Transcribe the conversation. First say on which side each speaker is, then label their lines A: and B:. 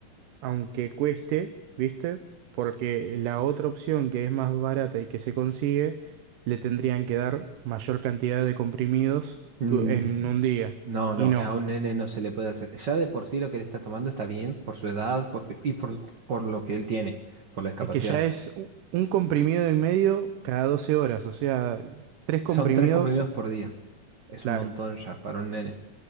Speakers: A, on the right; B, on the right.
A: aunque cueste, ¿viste? Porque la otra opción que es más barata y que se consigue, le tendrían que dar mayor cantidad de comprimidos
B: Mm,
A: tu- en un día.
B: No, no,
A: Y no,
B: a un nene no se le puede hacer. Ya de por sí lo que él está tomando está bien por su edad porque, y por, por lo que él tiene, por la discapacidad.
A: es que ya es u- un comprimido y medio cada 12 horas, o sea, tres comprimidos,
B: Son tres comprimidos por día. Es
A: claro.
B: un montón ya para un nene.